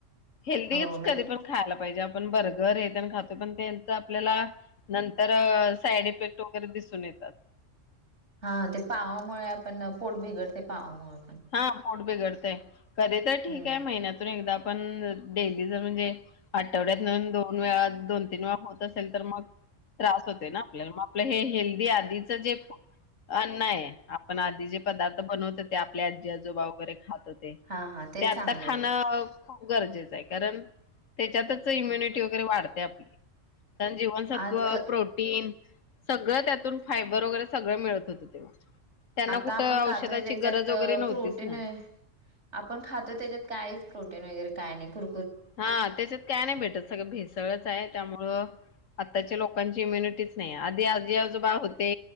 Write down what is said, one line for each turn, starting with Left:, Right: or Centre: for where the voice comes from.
Left: हेल्दीच
Right: हो म्हणजे
Left: कधी पण खायला पाहिजे आपण बर्गर हे तेन खातोय पण त्यांच आपल्याला नंतर साईड इफेक्ट वगैरे दिसून येतात
Right: हा ते पावामुळे आपण पोट बिघडते पावामुळे पण
Left: हा पोट बिघडतय कधी तर ठीक
Right: हम्म
Left: आहे महिन्यातून एकदा आपण डेली जर म्हणजे आठवड्यातून दोन वेळा दोन तीन वेळा होत असेल तर मग त्रास होते ना आपल्याला मग आपलं हे हेल्दी आधीच जे अन्न आहे आपण आधी जे पदार्थ बनवतो ते आप आपले आजी आजोबा वगैरे खात होते
Right: हा हा तेच
Left: ते आता
Right: चांगले
Left: खाणं
Right: होते
Left: खूप गरजेचं आहे कारण त्याच्यातच इम्युनिटी वगैरे वाढते आपली कारण जीवनसत्व,
Right: आज क-
Left: प्रोटीन सगळं त्यातून फायबर वगैरे सगळं मिळत होत तेव्हा त्यांना
Right: आता
Left: कुठं
Right: आपण खातोय
Left: औषधाची
Right: त्याच्यात
Left: गरज वगैरे नव्हतीच
Right: प्रोटीन
Left: ना.
Right: आपण खातो त्याच्यात काहीच प्रोटीन वगैरे काय नाही कूर
Left: हा त्याच्यात काय नाही भेटत सगळ भेसळ ळच हाय त्यामुळ आताच्या लोकांची इम्युनिटीच नाही आधी आजी आजोबा बा होते